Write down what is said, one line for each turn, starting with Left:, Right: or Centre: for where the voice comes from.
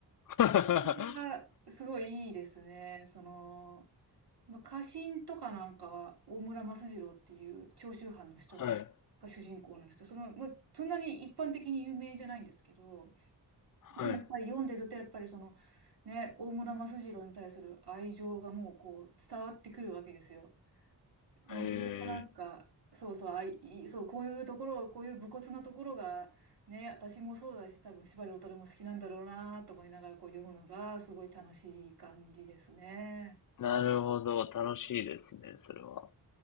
Left: <laughs>
Right: それがすごいいいですね、その、まあ、家臣とかなんかは大村益次郎っていう長州藩の人
Left: はい、
Right: が主人公なんですけど、その、まあ、そんなに一般的に有名じゃないんですけど、
Left: はい。
Right: でもやっぱり読んでるとやっぱりその、ね、大村益次郎に対する愛情がもうこう伝わってくるわけですよ。もうそれがなんか、
Left: ええ、
Right: そうそう、あい、いそう、こういうところ、こういう武骨なところが、ね、私もそうだし、多分司馬遼太郎も好きなんだろうなと思いながらこう読むのがすごい楽しい感じですね。
Left: なるほど、楽しいですね、それは。